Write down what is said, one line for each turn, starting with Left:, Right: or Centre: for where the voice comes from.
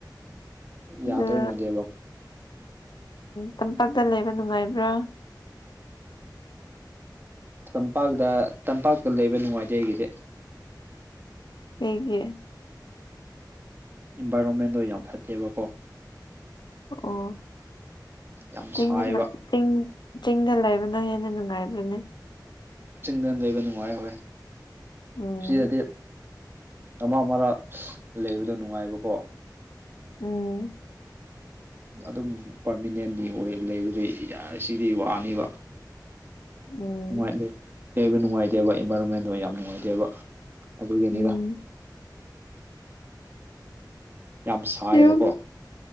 Right: ꯌꯥꯗꯣꯏ
Left: ꯑ
Right: ꯃꯥꯟꯗꯦꯕ
Left: ꯇꯝꯄꯥꯛꯇ ꯂꯩꯕ ꯅꯨꯡꯉꯥꯏꯕ꯭ꯔꯥ
Right: ꯇꯝꯄꯥꯛꯇ ꯇꯝꯄꯥꯛꯇ ꯂꯩꯕ ꯅꯨꯡꯉꯥꯏꯇꯦ ꯑꯩꯒꯤꯗꯤ
Left: ꯑꯩꯒꯤ
Right: ꯏꯟꯚꯥꯏꯔꯣꯟꯃꯦꯟꯗꯣ ꯌꯥꯝ ꯐꯠꯇꯦꯕꯀꯣ
Left: ꯑꯣ
Right: ꯌꯥꯝ
Left: ꯆꯤꯡꯅ
Right: ꯁꯥꯏꯕ
Left: ꯆꯤꯡ ꯆꯤꯡꯗ ꯂꯩꯕꯅꯣ ꯍꯦꯟꯅ ꯅꯨꯡꯉꯥꯏꯕ꯭ꯔꯅꯦ
Right: ꯆꯤꯡꯗ ꯂꯩꯕ ꯅꯨꯡꯉꯥꯏꯍꯣꯏ
Left: ꯎꯝ
Right: ꯁꯤꯗꯗꯤ ꯃꯔꯛ ꯃꯔꯛ ꯂꯩꯕꯗꯣ ꯅꯨꯡꯉꯥꯏꯕꯀꯣ
Left: ꯎꯝ
Right: ꯑꯗꯨꯝ ꯄꯥꯔꯃꯤꯅꯦꯟꯅꯤ ꯑꯣꯏ ꯂꯩꯕꯗꯨ ꯁꯤꯗꯤ ꯋꯥꯅꯤꯕ
Left: ꯎꯝ
Right: ꯅꯨꯡ ꯂꯩꯕ ꯅꯨꯡꯉꯥꯏꯇꯦꯕ ꯏꯟꯚꯥꯏꯔꯣꯟꯃꯦꯟꯗꯣ ꯌꯥꯝ ꯅꯨꯡꯉꯥꯏꯇꯦꯕ ꯑꯗꯨꯒꯤꯅꯤꯗ
Left: ꯎꯝ
Right: ꯌꯥꯝ ꯁꯥꯏꯌꯦꯕꯀꯣ
Left: ꯌꯨꯝ